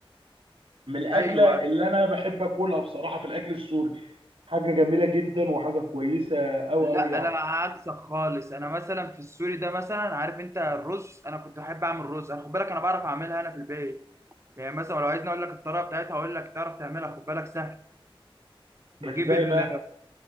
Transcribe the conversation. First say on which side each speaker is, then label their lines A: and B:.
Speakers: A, on the right; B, on the right.
A: من الاكله
B: ايوه
A: اللي
B: ايوه
A: انا بحب اكلها بصراحه في الاكل السوري حاجه جميله جدا وحاجه كويسه قوي
B: لا
A: قوي يعني
B: انا عكسك خالص انا مثلا في السوري ده مثلا عارف انت الرز انا كنت بحب اعمل رز انا خد بالك انا بعرف اعملها انا في البيت يعني مثلا لو عايزني اقول لك الطريقه بتاعتها اقول لك تعرف تعملها خد بالك سهل بجيب
A: ازاي
B: ال
A: بقى